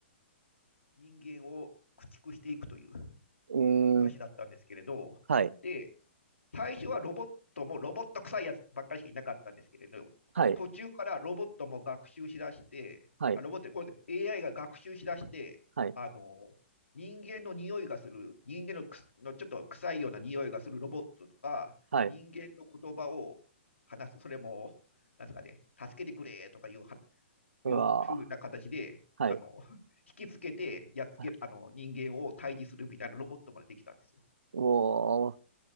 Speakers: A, on the left; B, on the right.
A: 人間を駆逐していくという
B: うーん、
A: 話だったんですけれど、
B: はい、
A: で、最初はロボットもロボット臭いやつばっかりしかいなかったんですけれど、
B: はい、
A: 途中からロボットも学習しだして、
B: はい、
A: あロボット、これ AI が学習しだして、
B: はい、
A: あの、人間の匂いがする、人間のくすのちょっと臭いような匂いがするロボットとか、
B: はい。
A: 人間の言葉を話す、それも、なんですかね、助けてくれとかいうは、
B: うわ
A: いうふうな形で、
B: ー、はい。
A: あの、引きつけて、やっつける、
B: はい、
A: あの、人間を退治するみたいなロボットまでできたんですよ。
B: うお